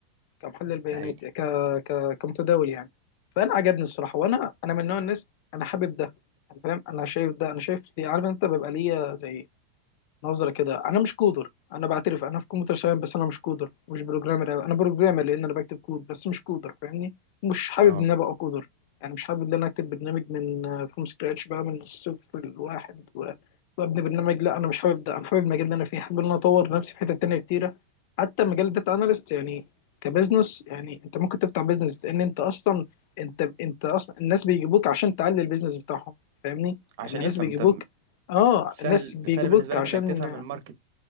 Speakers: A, on the left; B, on the right.
A: كمحلل بيانات
B: ده حقيقي
A: ك... ك... كمتداول يعني فانا عجبني الصراحه وانا انا من نوع الناس انا حابب ده يعني فاهم انا شايف ده انا شايف دي عارف انت بيبقى ليا زي نظرة كده انا مش كودر انا بعترف انا في كمبيوتر ساينس بس انا مش كودر مش بروجرامر أوي. انا بروجرامر لان انا بكتب كود بس مش كودر فاهمني مش حابب
B: اه
A: ان انا ابقى كودر يعني مش حابب ان انا اكتب برنامج من فروم سكراتش بقى من الصفر الواحد و- وابني برنامج لا انا مش حابب ده انا حابب المجال اللي انا فيه حابب ان انا اطور نفسي في حتت تانية كتيرة حتى مجال الداتا اناليست يعني كبزنس يعني انت ممكن تفتح بزنس لان انت اصلا انت انت اصلا الناس بيجيبوك عشان تعلي البيزنس بتاعهم فاهمني
B: عشان
A: يعني الناس
B: يفهم
A: بيجيبوك
B: انت
A: اه
B: سهل
A: الناس بيجيبوك
B: سهل بالنسبة
A: عشان
B: لك انك تفهم الماركت